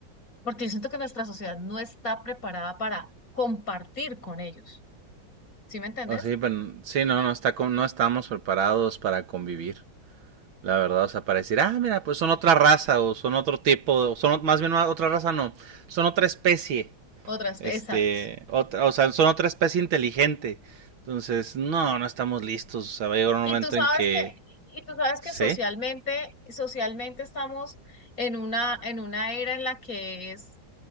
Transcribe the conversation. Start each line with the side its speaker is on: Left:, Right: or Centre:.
Left: Porque yo siento que nuestra sociedad no está preparada para compartir con ellos. ¿Sí me entendés?
Right: O sí, pero sí, no, no está con- no estamos preparados para convivir. La verdad, o sea, para decir, ah, mira, pues son otra raza, o son otro tipo, o son o- más bien no, otra raza, no, son otra especie.
Left: Otras,
Right: Este,
Left: exacto.
Right: otra, o sea, son otra especie inteligente. Entonces, no, no estamos listos. O sea, va a llegar un
Left: Y
Right: momento
Left: tú sabes
Right: en que.
Left: que, y tú sabes que
Right: ¿Sí?
Left: socialmente, socialmente estamos en una, en una era en la que es